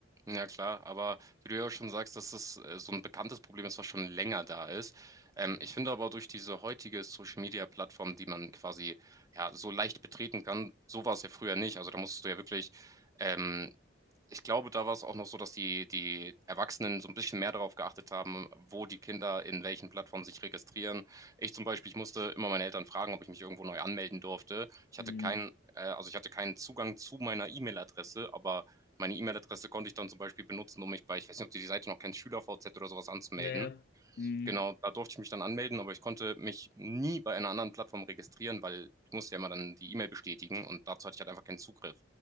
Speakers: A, on the right; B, on the left.
A: Ja klar, aber wie du ja auch schon sagst, dass das äh, so ein bekanntes Problem ist, was schon länger da ist. Ähm, ich finde aber durch diese heutige Social-Media-Plattform, die man quasi ja so leicht betreten kann, so war es ja früher nicht. Also da musstest du ja wirklich ähm, ich glaube, da war es auch noch so, dass die, die Erwachsenen so ein bisschen mehr darauf geachtet haben, wo die Kinder in welchen Plattformen sich registrieren. Ich zum Beispiel, ich musste immer meine Eltern fragen, ob ich mich irgendwo neu anmelden durfte. Ich hatte
B: Mhm.
A: keinen, äh, also ich hatte keinen Zugang zu meiner E-Mail-Adresse, aber meine E-Mail-Adresse konnte ich dann zum Beispiel benutzen, um mich bei, ich weiß nicht, ob du die Seite noch kennst, SchülerVZ oder sowas anzumelden.
B: Ja, ja. Mhm.
A: Genau, da durfte ich mich dann anmelden, aber ich konnte mich nie bei einer anderen Plattform registrieren, weil ich musste ja immer dann die E-Mail bestätigen und dazu hatte ich halt einfach keinen Zugriff.